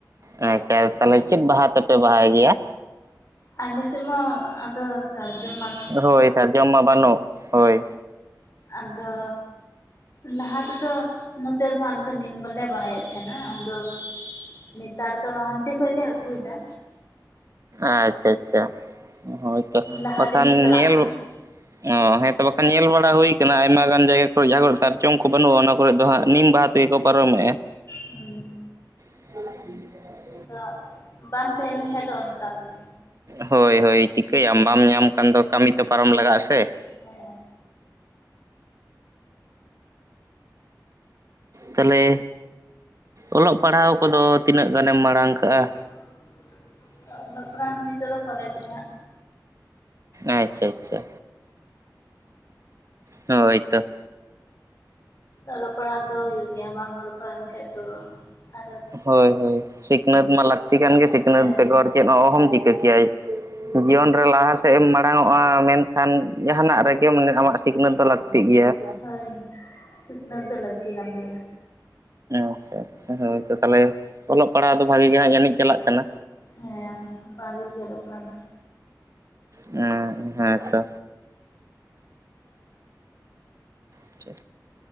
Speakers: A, on the right; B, on the left.
A: ᱮᱸ ᱟᱪᱟ ᱛᱟᱞᱦᱮ ᱪᱮᱫ ᱵᱟᱦᱟ ᱛᱮᱯᱮ ᱵᱟᱦᱟᱭ ᱜᱮᱭᱟ?
B: ᱟᱞᱮ ᱥᱮᱜ ᱢᱟ ᱟᱫᱚ ᱥᱟᱨᱡᱚᱢ ᱢᱟ
A: ᱦᱳᱭ ᱥᱟᱨᱡᱚᱢ ᱢᱟ ᱵᱟᱱᱩᱜ ᱦᱳᱭ᱾
B: ᱟᱫᱚ ᱞᱟᱦᱟ ᱛᱮᱫᱚ ᱱᱚᱛᱮ ᱫᱚ ᱦᱟᱸᱜ ᱟᱞᱮ ᱫᱚ ᱱᱤᱢ ᱵᱚᱞᱮ ᱵᱟᱦᱟᱭᱮᱜ ᱛᱟᱦᱮᱸᱱᱟ ᱟᱫᱚ ᱱᱮᱛᱟᱨ ᱫᱚ ᱦᱟᱱᱛᱮ ᱠᱷᱚᱡ ᱞᱮ ᱟᱹᱜᱩᱭ ᱫᱟ᱾
A: ᱟᱪᱷᱟ ᱪᱷᱟ ᱦᱳᱭᱛᱚ
B: ᱞᱟᱦᱟ
A: ᱵᱟᱠᱷᱟᱱ
B: ᱫᱤᱱ ᱠᱚ ᱪᱟᱞᱟᱜ
A: ᱧᱮᱞ
B: ᱠᱟᱱᱟ
A: ᱚ ᱦᱮᱸᱛᱚ ᱵᱟᱠ ᱧᱮᱞ ᱵᱟᱲᱟ ᱦᱩᱭ ᱠᱟᱱᱟ ᱟᱭᱢᱟ ᱜᱟᱱ ᱡᱟᱭᱜᱟ ᱠᱚᱨᱮ ᱡᱟᱦᱟᱸ ᱠᱚᱨᱮ ᱥᱟᱨᱡᱚᱢ ᱠᱚ ᱵᱟᱹᱱᱩᱜᱼᱟ᱾ ᱚᱱᱟ ᱠᱚᱨᱮ ᱫᱚ ᱦᱟᱸᱜ ᱱᱤᱢ ᱵᱟᱦᱟ ᱛᱮᱜᱮ ᱠᱚ ᱯᱟᱨᱚᱢᱮᱜᱼᱟ᱾
B: ᱦᱩᱸ
A: <inaudible>
B: ᱟᱫᱚ ᱵᱟᱝ ᱛᱟᱦᱮᱸ ᱞᱮᱱ ᱠᱷᱟᱱ ᱫᱚ ᱚᱱᱠᱟᱜᱮ᱾
A: ᱦᱳᱭ ᱦᱳᱭ ᱪᱤᱠᱟᱹᱭᱟᱢ ᱵᱟᱢ ᱧᱟᱢ ᱠᱷᱟᱱ ᱫᱚ ᱠᱟᱹᱢᱤ ᱛᱚ ᱯᱟᱨᱚᱢ ᱞᱟᱜᱟᱜ-ᱟ ᱥᱮ᱾
B: ᱦᱮᱸ ᱦᱮᱸ᱾
A: ᱛᱟᱦᱚᱞᱮ ᱚᱞᱚᱜ ᱯᱟᱲᱦᱟᱣ ᱠᱚᱫᱚ ᱛᱤᱱᱟᱹᱜ ᱜᱟᱱᱮᱢ ᱢᱟᱲᱟᱝ ᱠᱟᱜ-ᱟ?
B: <unintelligible> ᱱᱤᱛᱚᱜ ᱫᱚ ᱠᱚᱞᱮᱡᱽ ᱨᱮ ᱦᱟᱸᱜ᱾
A: ᱟᱪᱪᱷᱟ ᱟᱪᱪᱷᱟ᱾ ᱦᱳᱭ ᱛᱚ᱾
B: ᱚᱞᱚᱜ ᱯᱟᱲᱦᱟᱣ ᱫᱚ ᱦᱩᱭᱩᱜ ᱜᱮᱭᱟ ᱵᱟᱝ ᱚᱞᱚᱜ ᱯᱟᱲᱦᱟᱣ ᱞᱮᱱᱠᱷᱟᱡ ᱫᱚ ᱟᱨᱚ
A: ᱦᱳᱭ ᱦᱳᱭ ᱥᱤᱠᱷᱱᱟᱹᱛ ᱢᱟ ᱞᱟᱹᱠᱛᱤ ᱠᱟᱱ ᱜᱮ ᱥᱤᱠᱷᱱᱟᱹᱛ
B: ᱦᱮᱸ
A: ᱵᱮᱜᱟᱨ ᱪᱮᱫ ᱦᱚᱸ ᱚᱦᱚᱢ ᱪᱤᱠᱟᱹ ᱠᱮᱭᱟᱭ᱾
B: ᱦᱩᱸ
A: ᱡᱤᱭᱚᱱ ᱨᱮ ᱞᱟᱦᱟ ᱥᱮᱫ ᱮᱢ ᱢᱟᱲᱟᱝ ᱚᱜ-ᱟ ᱢᱮᱱᱠᱷᱟᱱ ᱡᱟᱦᱟᱱᱟᱜ ᱨᱮᱜᱮᱢ ᱟᱢᱟᱜ ᱥᱤᱠᱷᱱᱟᱹᱛ ᱫᱚ ᱞᱟᱹᱠᱛᱤᱜ ᱜᱮᱭᱟ᱾ <inaudible>
B: ᱦᱳᱭ ᱥᱤᱠᱷᱱᱟᱹᱛ ᱫᱚ ᱞᱟᱹᱠᱛᱤ ᱠᱟᱱ ᱜᱮᱭᱟ᱾
A: ᱟᱪᱪᱷᱟ ᱟᱪᱪᱷᱟ ᱦᱳᱭ ᱛᱚ ᱛᱟᱦᱚᱞᱮ ᱚᱞᱚᱜ ᱯᱟᱲᱦᱟᱜ ᱫᱚ ᱵᱷᱟᱜᱤ ᱜᱮ ᱦᱟᱸᱜ ᱡᱟᱱᱤᱡ ᱪᱟᱞᱟᱜ ᱠᱟᱱᱟ?
B: ᱦᱮᱸ ᱵᱷᱟᱜᱤ ᱜᱮ ᱚᱞᱚᱜ ᱯᱟᱲᱦᱟᱣ ᱫᱚ᱾
A: ᱚ ᱦᱮᱸ ᱛᱚ᱾ ᱟᱪᱪᱷᱟ